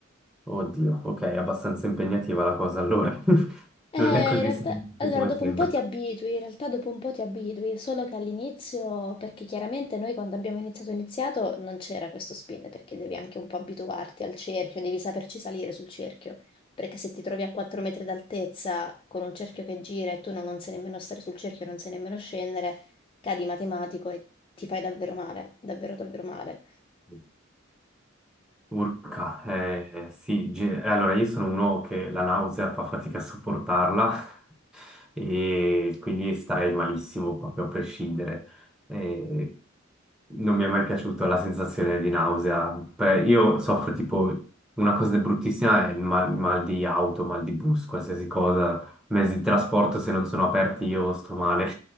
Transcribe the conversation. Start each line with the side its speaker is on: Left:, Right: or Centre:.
Centre: oddio, ok, è abbastanza impegnativa la cosa allora. <laughs>
Left: Eh,
Centre: Non è così
Left: in realtà,
Centre: semplice
Left: allora
Centre: come
Left: dopo
Centre: sembra.
Left: un po' ti abitui, in realtà dopo un po' ti abitui, solo che all'inizio, perché chiaramente noi quando abbiamo iniziato iniziato non c'era questo spin, perché devi anche un po' abituarti al cerchio, devi saperci salire sul cerchio, perché se ti trovi a 4 metri d'altezza con un cerchio che gira e tu non, non sai nemmeno stare sul cerchio, non sai nemmeno scendere, cadi matematico e ti fai davvero male, davvero davvero male.
Centre: Sì. Urca, eh, eh, sì, ge- allora io sono uno che la nausea fa fatica a sopportarla <laughs> e quindi starei malissimo proprio a prescindere. Eh, non mi è mai piaciuta la sensazione di nausea. Beh, io soffro tipo una cosa bruttissima è il mal, mal di auto, mal di bus, qualsiasi cosa, mezzi di trasporto se non sono aperti io sto male.